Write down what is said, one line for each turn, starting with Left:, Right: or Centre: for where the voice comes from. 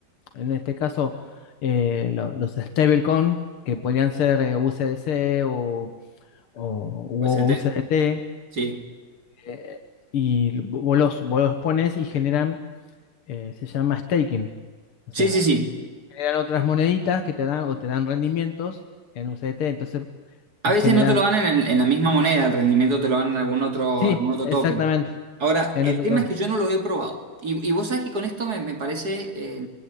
Left: en este caso eh, lo- los stablecoin, que podrían ser eh, USDC o, o u
Right: UST.
Left: USDT,
Right: Sí.
Left: eh, y vos los, vos los pones y generan, eh, se llama staking. O sea,
Right: Sí, sí, sí.
Left: generan otras moneditas que te dan o te dan rendimientos en USDT. Entonces,
Right: A
Left: va
Right: veces
Left: generando
Right: no te lo ganan en, en la misma moneda, el rendimiento te lo ganan en algún otro,
Left: Sí,
Right: algún otro
Left: exactamente.
Right: token. Ahora,
Left: En
Right: el
Left: otro
Right: tema
Left: toque.
Right: es que yo no lo he probado. Y, y vos sabés que con esto me, me parece eh,